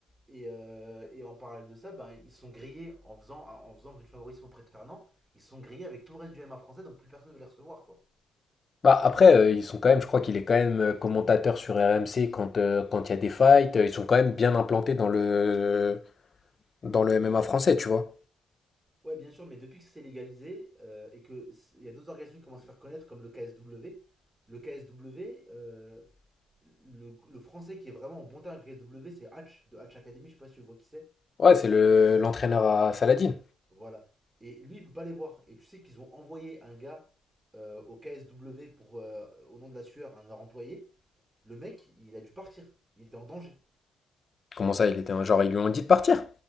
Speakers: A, on the right; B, on the left.
A: Et, euh, et en parallèle de ça, ben, ils sont grillés en faisant, en faisant du favorisme auprès de Fernand. Ils sont grillés avec tout le reste du m MMA français, donc plus personne ne veut les recevoir, quoi.
B: Bah, après, euh, ils sont quand même, je crois qu'il est quand même euh, commentateur sur RMC quand euh, quand il y a des fights. euh, Ils sont quand même bien implantés dans le, dans le MMA français, tu vois.
A: Ouais, bien sûr, mais depuis que c'est légalisé euh, et que c- il y a d'autres organisations qui commencent à se faire connaître, comme le KSW, le KSW, euh, le, le français qui est vraiment en bon terme avec le KSW, c'est Hatch, de Hatch Academy, je sais pas si tu vois qui c'est.
B: Ouais, c'est le l'entraîneur à Saladin.
A: Voilà. Et lui, il peut pas les voir. Et tu sais qu'ils ont envoyé un gars euh, au KSW pour, euh, au nom de la sueur, un de leur employé. Le mec, il a dû partir. Il était en danger.
B: Comment ça, il était un genre, ils lui ont dit de partir?